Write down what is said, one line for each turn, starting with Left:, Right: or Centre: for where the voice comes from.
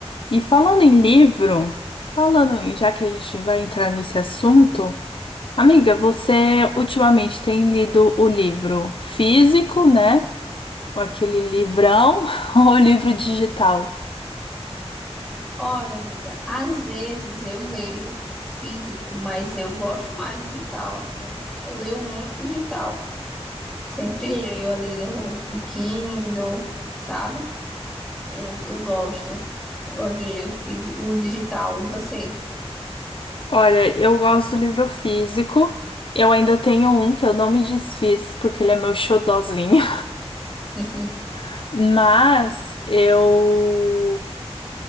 Left: E falando em livro, falando em, já que a gente vai entrar nesse assunto, amiga, você ultimamente tem lido o livro físico, né? Ou aquele livrão, <laughs> ou o livro digital?
Centre: Olha, amiga, às vezes eu leio físico, mas eu gosto mais digital, assim. Eu leio muito digital. Sempre leio ali no, no Kindle, sabe? Eu, eu gosto. Eu gosto de ler o físico, o digital. E você?
Left: Olha, eu gosto do livro físico. Eu ainda tenho um que eu não me desfiz porque ele é meu xodozinho.
Centre: <laughs>
Left: <laughs> Mas eu